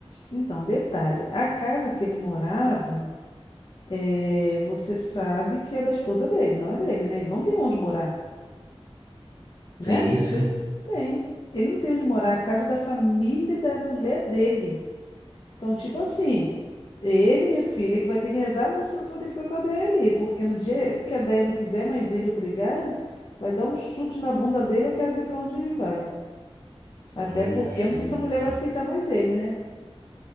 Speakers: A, on the left; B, on the left.
A: então, detalhe, a casa que ele morava, é, você sabe que é da esposa dele, não é dele, né? Ele não tem onde morar, né?
B: tem isso, é?
A: Tem. Ele não tem onde morar, a casa é da família da mulher dele. Então, tipo assim, ele, minha filha, que vai ter que rezar muito para poder ficar com a Déia ali, porque no dia que a Déia não quiser mais ele obrigarem, vai dar um chute na bunda dele, eu quero ver para onde ele vai. Até
B: Minha
A: porque
B: filha,
A: eu não sei se a mulher vai aceitar mais ele, né?